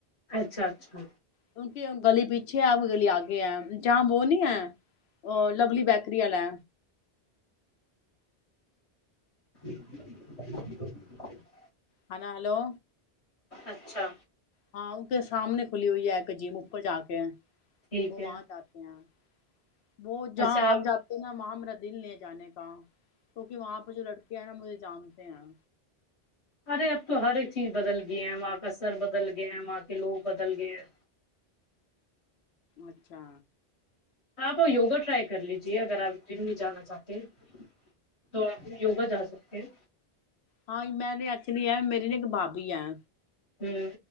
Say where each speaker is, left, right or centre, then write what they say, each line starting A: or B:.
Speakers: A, on the left; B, on the left.
A: اچھا اچھا
B: کیونکہ گلی پیچھے ہے کوئی گلی آگے ہے جہاں وہو نہیں ہے ا لولی بیکری والا
A: <inaudible>
B: ہ ن ہلو
A: اچھا
B: ہاں وہ تو سامنے کھلی ہوئی ہے ایک جیم اپر ج کے
A: ٹھیک
B: بومات
A: ہے
B: آتے ہیں وہ جہاں
A: اچھا
B: آپ جاتے ہیں نا وہاں دل لے جانے کا کیکہ وہاں پہ جو لڑکے ہیں نا مجھے جانتے ہیں
A: ارے اب تو ہر ایک چیز بدل گئی ہے وہاں کا سر بدل گیا ہے وہاں کے لوگ بدل گئے ہیں
B: اچھا
A: آپ یوگا ٹرائی کر لیجیے اگر آپ جم نہیں جانا چاہتے ہیں تو آپ یوگا جا سکتے ہیں
B: ہاں میں نے ایکچولی ہے میرری ن ایک بابی ہے
A: ہوں